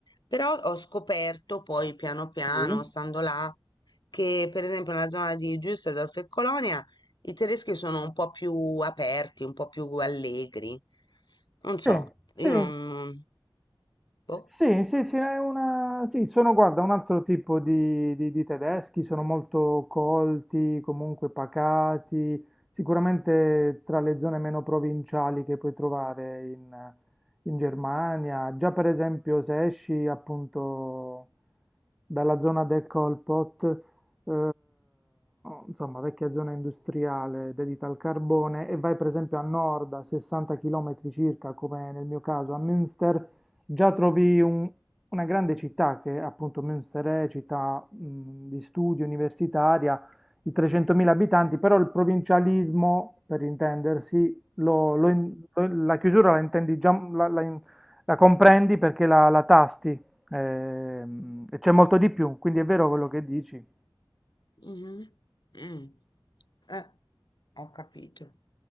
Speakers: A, on the left (about 55°); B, in the centre.
A: Però ho scoperto poi piano piano,
B: Sì?
A: stando là, che per esempio nella zona di Düsseldorf e Colonia i tedeschi sono un po' più aperti, un po' più allegri. Non so,
B: Sì, sì,
A: io non... Boh.
B: Sì, sì, sì, è una... sì, sono, guarda, un altro tipo di, di- di tedeschi, sono molto colti, comunque pacati, sicuramente tra le zone meno provinciali che puoi trovare in, in Germania. Già per esempio se esci appunto dalla zona del Kolpot, eh, insomma vecchia zona industriale dedita al carbone, e vai per esempio a nord a 60 km circa, come nel mio caso a Münster, Già trovi un- una grande città che appunto Münster è città mh, di studio, universitaria, di 300.000 abitanti, però il provincialismo, per intendersi, lo- lo in- lo- la chiusura la intendi già, la, la in- la comprendi perché la, la tasti, ehm, e c'è molto di più, quindi è vero quello che dici.
A: Mh-mh. Mh. Eh, ho capito.